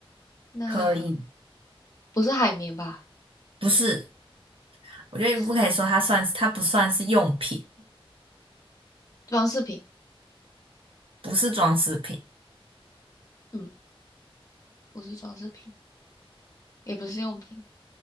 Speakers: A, on the left (about 35°); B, on the right (about 65°).
A: 那
B: 可以，
A: 不是海绵吧？
B: 不是，我觉得你不可以说它算是，
A: 不是
B: 它不算是用品，
A: 装饰品，
B: 不是装饰品，
A: 嗯，不是装饰品，也不是用品，